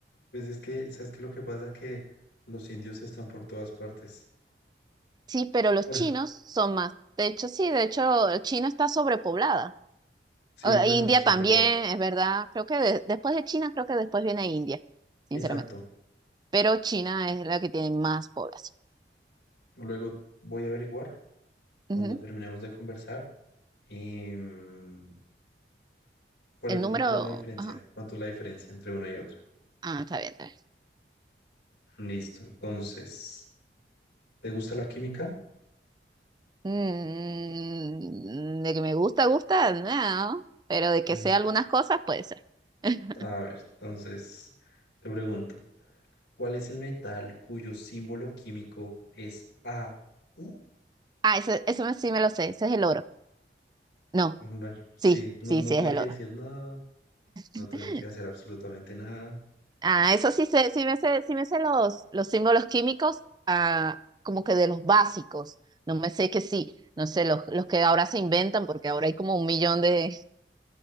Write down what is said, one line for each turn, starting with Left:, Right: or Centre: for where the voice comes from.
Left: Pues es que, ¿sabes qué? Lo que pasa que los indios están por todas partes.
Right: Sí, pero los
Left: Bueno,
Right: chinos son más. De hecho, sí, de hecho, China está sobrepoblada.
Left: sí,
Right: O- e
Left: bueno,
Right: India
Left: eso
Right: también,
Left: es verdad.
Right: es verdad. Creo que de- después de China, creo que después viene India, sinceramente.
Left: Exacto.
Right: Pero China es la que tiene más población.
Left: Luego voy a averiguar cuando
Right: Ujú.
Left: terminemos de conversar y mm, cuál
Right: El
Left: es
Right: número...
Left: la, cuál es la diferencia,
Right: ajá.
Left: cuánto es la diferencia entre una y otra.
Right: Ah, está bien, está bien.
Left: Listo. Entonces, ¿te gusta la química?
Right: Mm, de que me gusta, gusta, no. Pero de
Left: Pues,
Right: que sea algunas cosas, puede ser. <laughs>
Left: A ver, entonces te pregunto, ¿cuál es el metal cuyo símbolo químico es AU?
Right: Ah, eso, eso sí me lo sé. Ese es el oro. No,
Left: Bueno, sí,
Right: sí,
Left: no,
Right: sí,
Left: no
Right: sí,
Left: tuve
Right: es el
Left: que
Right: oro.
Left: decir nada. No
Right: <laughs>
Left: tuve que hacer absolutamente nada.
Right: Ah, eso sí sé, sí me sé, sí me sé los, los símbolos químicos, ah, como que de los básicos. No me sé que sí, no sé, los, los que ahora se inventan, porque ahora hay como un millón de,